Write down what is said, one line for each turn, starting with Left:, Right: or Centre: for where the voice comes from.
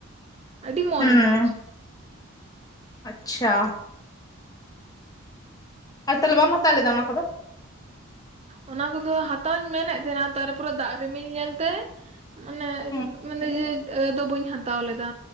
Right: ᱾ ᱟᱹᱰᱤ ᱢᱚᱸᱡᱽ
Left: ᱦᱩᱸ
Right: ᱢᱚᱸᱡᱽ ᱾
Left: ᱟᱪᱪᱷᱟ᱾ ᱟᱨ ᱛᱟᱦᱚᱞᱮ ᱵᱟᱢ ᱦᱟᱛᱟᱣ ᱞᱮᱫᱟ ᱚᱱᱟ ᱠᱚᱫᱚ?
Right: ᱚᱱᱟ ᱠᱚᱫᱚ ᱦᱟᱛᱟᱣᱤᱧ ᱢᱮᱱᱮᱫ ᱛᱟᱦᱮᱸᱱᱟ ᱛᱟᱨᱯᱚᱨᱮ ᱫᱟᱜ ᱨᱤᱢᱤᱞ ᱧᱮᱞ ᱛᱮ ᱢᱟᱱᱮ
Left: ᱦᱩᱸ
Right: ᱢᱟᱱᱮ ᱡᱮ ᱟᱫᱚ ᱵᱟᱹᱧ ᱦᱟᱛᱟᱣ ᱞᱮᱫᱟ